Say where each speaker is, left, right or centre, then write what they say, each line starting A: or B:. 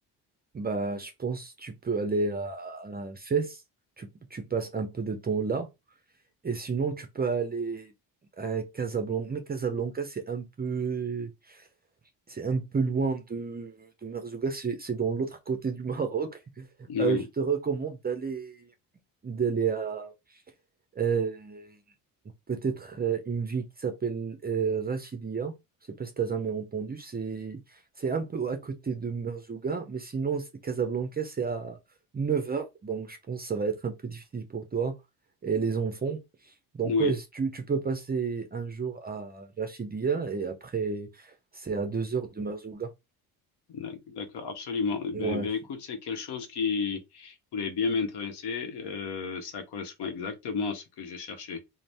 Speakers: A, on the right; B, on the left.
A: Bah, je pense que tu peux aller à, à Fès, tu, tu passes un peu de temps là. Et sinon, tu peux aller à Casablanca. Mais Casablanca, c'est un peu. C'est un peu loin de, de Merzouga, c'est c'est dans l'autre côté du Maroc. <laughs>
B: Oui,
A: Euh, je te recommande d'aller d'aller à euh, peut-être euh, une ville qui s'appelle euh, Rachidia. Je sais pas si tu as jamais entendu. C'est c'est un peu à côté de Merzouga, mais sinon c'est- Casablanca c'est à 9 heures, donc je pense que ça va être un peu difficile pour toi et les enfants. Donc
B: oui.
A: ouais, si tu, tu peux passer un jour à Rachidia et après c'est à 2 heures de Merzouga.
B: D'ac- D'accord, absolument. Ben,
A: Ouais,
B: ben, écoute, c'est quelque chose qui pourrait bien m'intéresser. Euh, ça correspond exactement à ce que je cherchais.